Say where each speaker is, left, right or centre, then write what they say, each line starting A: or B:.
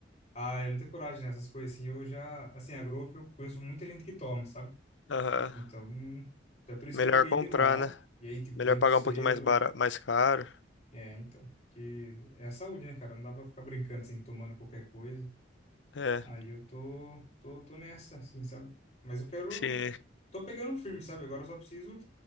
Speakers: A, on the left; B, on the left.
A: Ah, eu não tenho coragem nessas coisas assim. Eu já, assim, a Growth eu conheço muita gente que toma, sabe?
B: Aham.
A: Então, então é por isso
B: Melhor
A: que eu peguei
B: comprar,
A: de lá.
B: né?
A: E aí, tipo,
B: Melhor
A: vem
B: pagar
A: com selo.
B: um pouquinho mais bara, mais caro.
A: É, então. Que é a saúde, né, cara? Não dá pra ficar brincando assim, tomando qualquer coisa.
B: É,
A: Aí eu tô, tô, tô nessa, assim, sabe? Mas eu quero.
B: se...
A: Tô pegando firme, sabe? Agora eu só preciso.